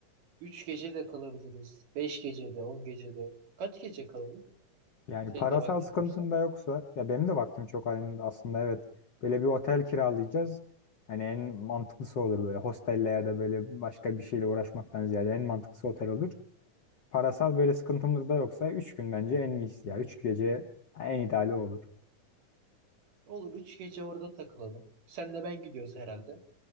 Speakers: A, on the right (about 90°); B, on the left (about 70°).
A: üç gece de kalabiliriz. Beş gece de, on gece de. Kaç gece kalalım?
B: Yani
A: Senin
B: parasal
A: de vaktin
B: sıkıntın
A: varsa.
B: da yoksa ya benim de vaktim çok aynı aslında evet. Böyle bir otel kiralayacağız. Hani en mantıklısı olur böyle hostelle ya da böyle başka bir şeyle uğraşmaktan ziyade en mantıklısı otel olur. Parasal böyle sıkıntımız da yoksa 3 gün bence en iyisi ya. üç gece en ideali olur.
A: Olur üç gece orada takılalım. Sen de ben gidiyoruz herhalde.